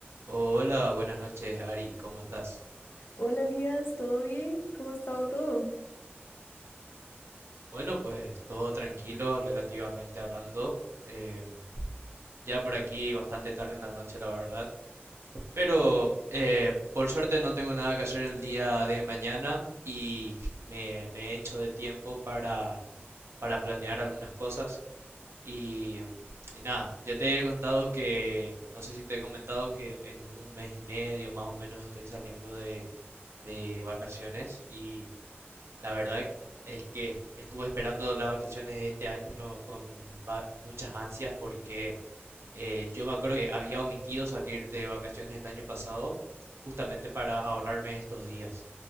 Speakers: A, on the right (about 85°); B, on the left (about 60°).
A: Hola, buenas noches, Ari, ¿cómo estás?
B: Hola Elías, ¿todo bien? ¿Cómo ha estado todo?
A: Bueno, pues todo tranquilo, relativamente hablando. Em, ya por aquí bastante tarde en la noche, la verdad. Pero eh, por suerte no tengo nada que hacer el día de mañana y me, me he hecho de tiempo para, para planear algunas cosas. Y, em, y nada, ya te he contado que, no sé si te he comentado que en un mes y medio más o menos estoy saliendo de, de vacaciones y... La verdad es que est- estuve esperando las vacaciones de este año con va- muchas ansias porque eh, yo me acuerdo que había omitido salir de vacaciones el año pasado justamente para ahorrarme estos días.